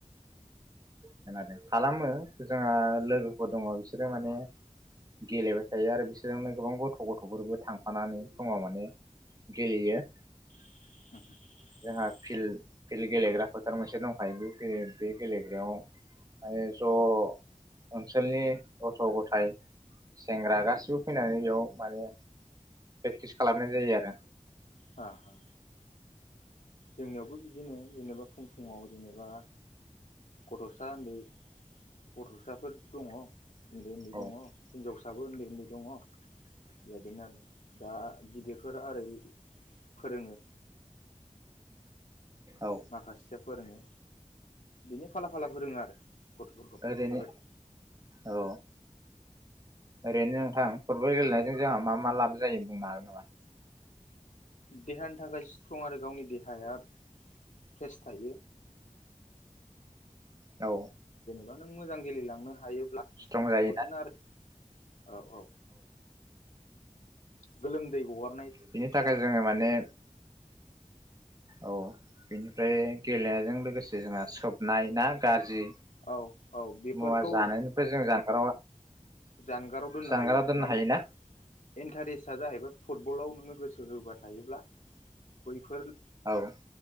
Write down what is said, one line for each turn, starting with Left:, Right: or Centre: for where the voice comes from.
Right: खोनादों खालामो जोंहा लोगोफोर दङ बिसोरो माने गेलेबाय थायो आरो बिसोरजोंनो गोबां गथ' गथ'फोरबो थांफानानै समाव माने गेलेयो
Left: <inaudible>
Right: जोंहा फिल्ड फिल्ड गेलेग्रा फोथार मोनसे दंखायो बे गे बे गेलेग्रायाव माने ज' ओनसोलनि गथ' गथाय सेंग्रा गासिबो फैनानै बेयाव माने प्रेक्टिस खालामनाय जायो आरो
Left: ह जोंनियावबो बिदिनो जेनेबा फुं फुङाव जेनेबा गथ'सा उन्दै गथ'साफोर दङ उन्दै उन्दै
Right: औ
Left: दङ हिनजावफ्राबो उन्दै उन्दै दङ बेबायदिनो आरो दा गिदिर बेफोर आरो फोरोङो
Right: औ
Left: माखासेसो फोरोङो बिनि फाला फाला फोरोङो आरो गथ'फोरखौ
Right: ओरैनो
Left: बेबायदि
Right: औ ओरैनो नोंथां फुटबल गेलेनायजों जोंहा मा मा लाब जायो बुंनो हागोन नामा
Left: देहानि थाखाय स्ट्रं आरो गावनि देहाया फ्रेस थायो
Right: औ
Left: बा नों मोजां गेलेलांनो हायो <unintelligible>
Right: स्ट्रं जायोना
Left: औ औ गोलोमदै गवा
Right: बिनि थाखाय जोङो माने औ बेनिफ्राय गेलेनायजों लोगोसे जोंहा सोबनाय ना गाज्रि
Left: औ औ बेफोरखौ
Right: मुवा जानायनिफ्राय जों जानगाराव
Left: जानगाराव दोननो
Right: जानगाराव
Left: हायो
Right: दोननो
Left: माने
Right: हायोना
Left: इन्टारेस्टआ जाहैबाय फुटबलाव नोङो गोसो सो होबा थायोब्ला बैफोर
Right: औ